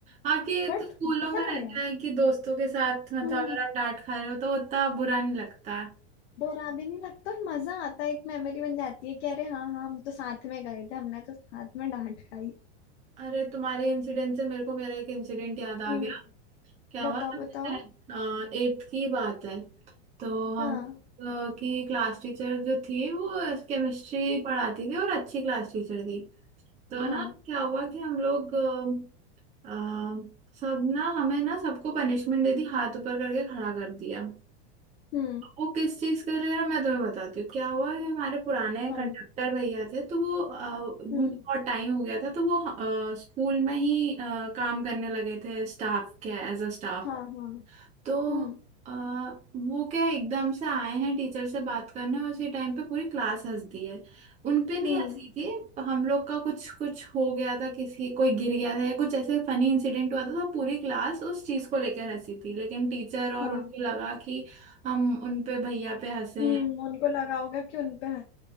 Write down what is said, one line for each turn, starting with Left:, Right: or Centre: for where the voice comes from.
Right: हाँ कि ये
Left: बट
Right: तो स्कूलों
Left: मजा
Right: में रहता
Left: आया
Right: है कि दोस्तों के साथ मतलब
Left: हम्म
Right: अगर आप डांट खा रहे हो तो उतना बुरा नहीं लगता
Left: बुरा भी नहीं लगता और मजा आता है एक मेमोरी बन जाती है कि अरे हाँ हाँ हम तो साथ में गए थे हमने तो साथ में डांट खाई
Right: अरे तुम्हारे इंसिडेंट से मेरे को मेरा एक इंसिडेंट याद आ
Left: हम्म
Right: गया क्या हुआ
Left: बताओ
Right: ना,
Left: बताओ
Right: मैं एट्थ की बात है तो हम
Left: हाँ
Right: अ, की क्लास टीचर जो थी वो केमिस्ट्री पढ़ाती थी और अच्छी क्लास टीचर थी तो
Left: हाँ
Right: ना क्या हुआ कि हम लोग अ, अ, सब ना हमें ना सबको पनिशमेंट दे दी हाथ ऊपर करके खड़ा कर दिया
Left: हम्म
Right: वो किस चीज के लिए ना मैं तुम्हें बताती हूँ क्या हुआ कि हमारे पुराने
Left: हाँ
Right: कंडक्टर भैया थे तो वो अ, उनको
Left: हम्म
Right: बहुत टाइम हो गया था तो वो अ, स्कूल में ही अ, काम करने लगे थे स्टाफ के एज अ स्टाफ
Left: हाँ हाँ
Right: तो
Left: हम्म
Right: आ, वो क्या एकदम से आए हैं टीचर से बात करने उसी टाइम पे पूरी क्लास हंस दी है उन पे नहीं
Left: हम्म
Right: हंसी थी हम लोग का कुछ कुछ हो गया था किसी कोई गिर गया था या कुछ ऐसे फनी इंसिडेंट हुआ था तो पूरी क्लास उस चीज को लेकर हंसी थी लेकिन टीचर और
Left: हाँ
Right: उनको लगा कि हम उन पे भैया पे हंसे हैं
Left: हम्म उनको लगा होगा कि उनपे हं-